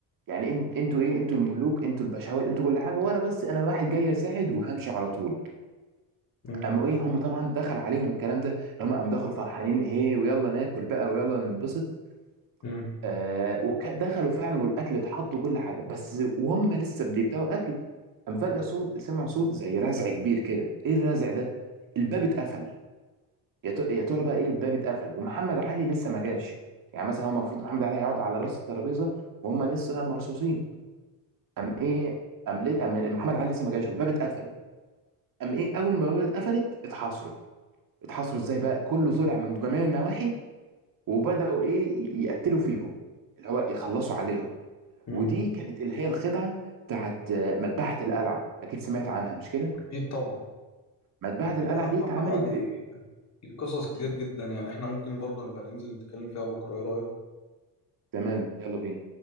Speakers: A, on the right; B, on the left.
A: يعني انت انتوا ايه انتوا الملوك انتوا البشوات انتوا كل حاجه وانا بس انا واحد جاي اساعد وهمشي على طول
B: مم.
A: قاموا ايه هم طبعا دخل عليهم الكلام ده هم قام دخلوا فرحانين هي ويلا ناكل بقى ويلا ننبسط
B: مم.
A: آه ودخلوا فعلا والاكل اتحط وكل حاجه بس وهم لسه بيبداوا اكل قام فجاه صوت سمعوا صوت زي رزع كبير كده ايه الرزع ده الباب اتقفل يا ت- يا ترى بقى ايه الباب اتقفل ومحمد علي لسه ما جاش يعني مثلا هو المفروض محمد علي هيقعد على راس الترابيزه وهم لسه مرصوصين قام ايه قام ليه قام محمد علي لسه ما جاش والباب اتقفل قام ايه اول ما البوابه اتقفلت اتحاصروا اتحاصروا ازاي بقى كله ظلع من جميع النواحي وبداوا ايه يقتلوا فيهم اللي هو يخلصوا عليهم
B: مم.
A: ودي كانت اللي هي الخدعه بتاعت آه، مذبحه القلعه اكيد سمعت عنها مش كده
B: أكيد طبعا
A: مذبحه القلعه
B: بصراحة
A: دي اتعملت
B: محمد علي
A: ب...
B: ليه قصص كتير
A: م.
B: جدا يعني احنا ممكن برضه نبقى ننزل نتكلم فيها بكرة ايه رأيك؟
A: تمام يلا بينا